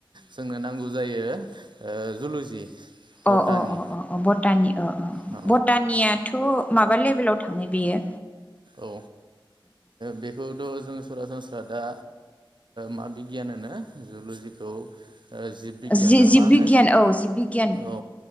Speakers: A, on the right (about 60°); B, on the left (about 15°).
A: जोंनो नांगौ जायो ओ जुलजि। बटानि
B: अ अ अ अ अ बत तानि। अ अ अ अ
A: औ
B: बतानिया थ' माबा लेभेलाव थाङो बेयो।
A: औ बेखौथ' जों सरासनस्रा दा मा बिगियान होनो जुल'जिखौ ओ जिब बिगियान
B: जि-जिब
A: ना मा होनो
B: बिगियान औ जिब बिगियान
A: औ